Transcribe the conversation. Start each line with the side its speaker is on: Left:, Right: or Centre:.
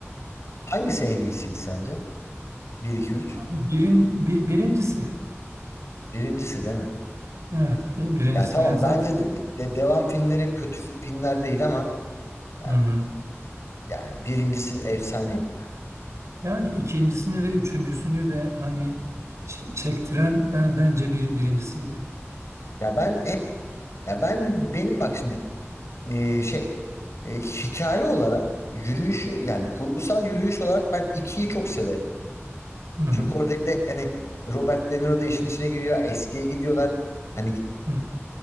Left: Hangisi en iyisiydi sence? Bir 2 3.
Right: Abi birin, bir, birincisi.
Left: Birincisi değil mi?
Right: Evet bir, birincisi.
Left: Ya tamam
Right: Yani zaten
Left: bence de, de- devam filmleri kötü fi- filmler değil ama yani,
Right: hı hı.
Left: yani birincisi efsaneydi ya.
Right: Yani ikincisini ve üçüncüsünü de hani çe- çektiren ben, bence bir, birincisiydi.
Left: Ya ben hep ya ben benim bak şimdi e, şey e, hikaye olarak yürüyüşü yani kurgusal yürüyüş olarak ben ikiyi çok severim.
Right: Hı hı.
Left: Çünkü orada bir de hani Robert De Niro da işin içine giriyor. Eskiye gidiyorlar. Hani
Right: Hı